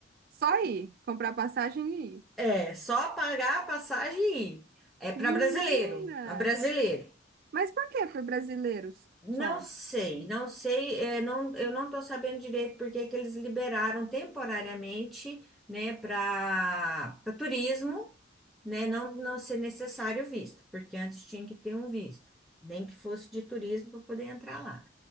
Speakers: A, on the right; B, in the centre.
A: Só ir, comprar passagem e ir.
B: É só pagar a passagem e ir. É para
A: Menina!
B: brasileiro, para brasileiro.
A: Mas por que para brasileiros
B: Não
A: só?
B: sei, não sei, eh, não, eu não estou sabendo direito porque que eles liberaram temporariamente, né, para turismo, né, não, não ser necessário visto, porque antes tinha que ter um visto, nem que fosse de turismo para poder entrar lá.